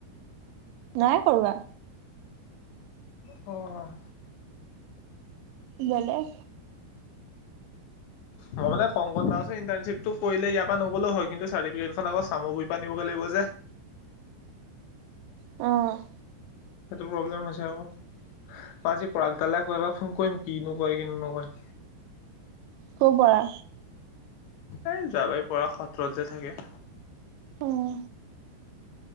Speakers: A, on the right (about 85°); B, on the left (about 80°).
A: নাই কৰোৱা।
B: অ',
A: বেলেগ
B: মই মানে কং কাৰিপ টো কৰিলে ইয়াৰ পৰা নগ'লেও হয় কিন্তু চাৰ্টিফিকেটখন আক চামগুৰি প নিব লাগিব যে।
A: অ',
B: সেইটো প্ৰব্লেম হৈছে আৰুকৌ মই আজি পৰাগডালে কৌবাৰ ফোন কৰিম কিনোকয় কিনো নকয়?
A: কৰ' পৰা
B: এই যোৱাবাৰি পৰা সত্ৰত যে থাকে
A: উম,